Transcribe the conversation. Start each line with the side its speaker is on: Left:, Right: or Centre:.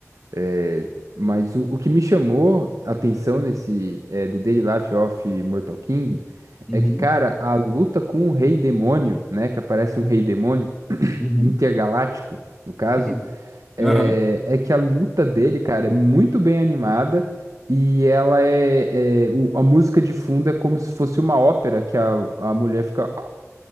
Right: É, mas o, o que me chamou a atenção nesse é, The Daily Life of Mortal King
Centre: Uhum.
Right: é que, cara, a luta com o rei demônio, né? Que aparece um rei demônio <clears throat>
Centre: Uhum.
Right: intergaláctico, no caso
Centre: <laughs>
Right: é,
Centre: Aham.
Right: é que a luta dele, cara, é muito bem animada e ela é, é- o- a música de fundo é como se fosse uma ópera que a, a mulher fica, "Ah",